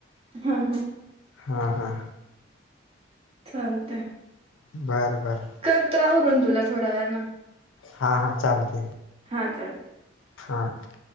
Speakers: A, on the right; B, on the left.
A: हा हा
B: हा.. हा..
A: चालतय.
B: बरं.. बरं..
A: करतो आवरून तुला थोड्या वेळा न
B: हा.. हा. चालतय.
A: हा चालत.
B: हां